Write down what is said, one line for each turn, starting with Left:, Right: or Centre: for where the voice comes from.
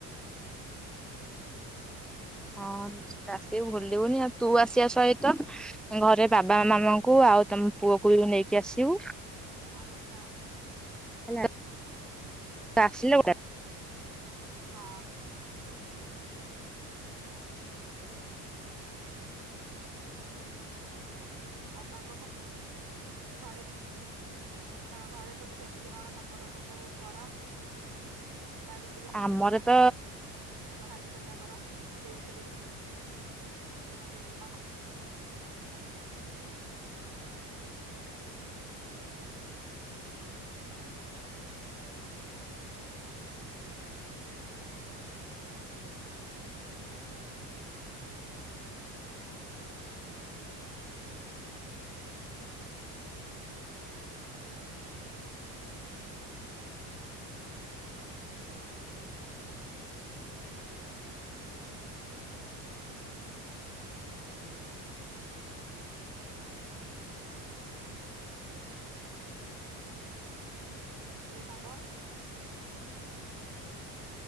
Centre: ହଁ ନିଶ୍ଚିତ ଆସିବୁ ଭୁଲିବୁନି ଆଉ ତୁ ଆସିବା ସହିତ ଘରେ ବାବା ମାମାଙ୍କୁ ଆଉ ତମ ପୁଅକୁ ବି ନେଇକି ଆସିବୁ।
Right: ହଁ ନିଶ୍ଚୟ।
Centre: ହେଲା ଆସିଲ <unintelligible>
Right: ହଁ ଆଉ ସାଙ୍ଗ ଘରେ ଘରେ ସବୁ କେମିତି କଣ ତମର ସବୁ କର। ତା ବିଷୟରେ ବି ଟିକେ
Centre: ଆମର
Right: ଜଣା,
Centre: ତ
Right: ଏମତି ସାଜସଜା କର ସେଇ ବିଷୟରେ ବି। ସେ ମତେ କହ <inaudible> ହ୍ୟାଲୋ ସାଙ୍ଗ।